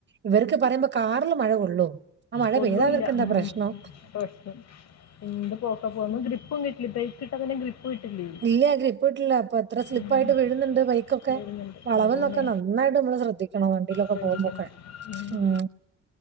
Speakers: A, on the right (about 35°); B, on the left (about 60°).
A: ഇവർക്ക് പറയുമ്പോ കാറില് മഴ കൊള്ളു ആഹ് മഴ
B: കൊള്ളൂല്ല
A: പെയ്താ അവർക്കെന്താ
B: ഉം,
A: പ്രശ്ണം
B: പ്രശ്നം എന്ത് പോക്ക പോന്ന് ഗ്രിപ്പും കിട്ടിട്ടെ ബ്രേക്ക് ഇട്ടാ പിന്നെ ഗ്രിപ്പ് <unintelligible>
A: ഇല്ല ഗ്രപ്പ് ട്ട്ല്ല പ്പൊ എത്ര സ്ലിപ്പ്
B: ഉം,
A: ആയിട്ട് വീഴ്ന്ന്ണ്ട് ബൈക്കൊക്കെ
B: വരുന്നുണ്ട്
A: വളവ്ന്നൊക്കെ
B: അതാണ്
A: നന്നായിട്ട് മ്മള് ശ്രദ്ധിക്കണം വണ്ടിലൊക്കെ
B: ശ്രദ്ധിക്കണം
A: പോമ്പോക്കെ
B: ഉം.
A: മ്